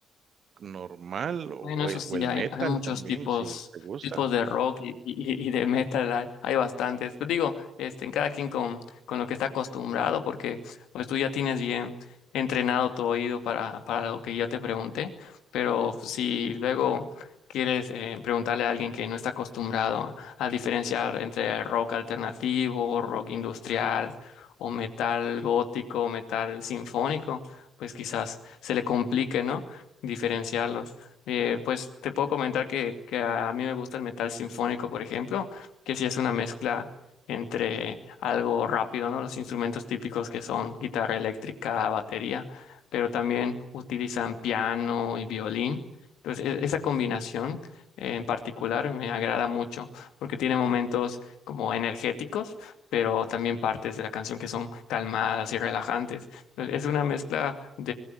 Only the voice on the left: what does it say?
Bueno, eso
sí,
hay,
hay muchos
tipos,
tipos de rock y, y- y de metal, hay, hay bastantes. Pero digo, este, en cada quien con, con lo que está acostumbrado, porque pues tú ya tienes bien entrenado tu oído para, para lo que yo te pregunté, pero si luego quieres eh, preguntarle a alguien que no está acostumbrado a diferenciar entre rock alternativo, rock industrial o metal gótico, metal sinfónico, pues quizás se le complique, ¿no? diferenciarlo. Eh, pues te puedo comentar que, que a mí me gusta el metal sinfónico, por ejemplo, que sí es una mezcla entre algo rápido, ¿no? Los instrumentos típicos que son guitarra eléctrica, batería, pero también utilizan piano y violín. Entonces, e- esa combinación eh, en particular me agrada mucho porque tiene momentos como energéticos, pero también partes de la canción que son calmadas y relajantes. Es
una mezcla